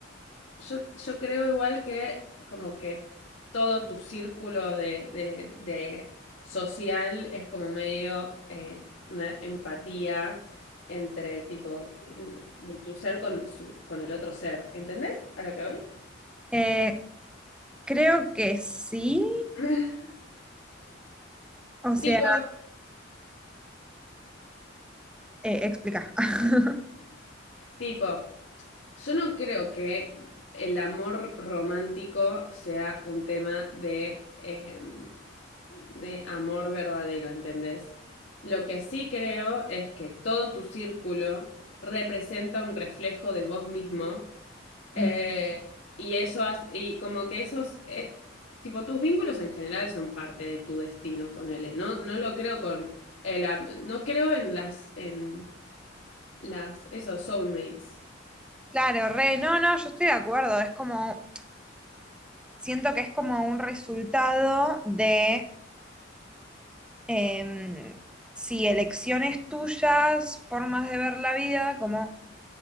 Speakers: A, on the left; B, in the centre.
A: yo, yo creo igual que como que todo tu círculo de, de, de social es como medio eh, una empatía entre tipo de tu ser con su con el otro ser. ¿Entendés a lo que voy?
B: Eh, creo que sí.
A: <laughs>
B: O sea,
A: Tipo,
B: eh, explica. <laughs>
A: tipo, yo no creo que el amor romántico sea un tema de eh, de amor verdadero, ¿entendés? Lo que sí creo es que todo tu círculo representa un reflejo de vos mismo eh,
B: Mm.
A: y eso has- y como que esos eh, tipo tus vínculos en general son parte de tu destino, ponele. No, no lo creo con el no creo en las en las esos soulmates.
B: Claro, re, no, no, yo estoy de acuerdo. Es como, siento que es como un resultado de em, sí, elecciones tuyas, formas de ver la vida, como